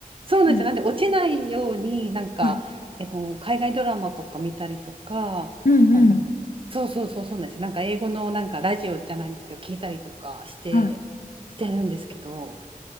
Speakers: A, on the right; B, on the left.
A: そうなんですよ。
B: うん
A: なんで落ちないように、なんか、
B: はい。
A: えっと、海外ドラマとか見たりとか、
B: うんうん。
A: あの、そうそうそうそうなんですよ。なんか英語のなんかラジオじゃないんですけど、聞いたりとかして、
B: はい。
A: してるんですけど。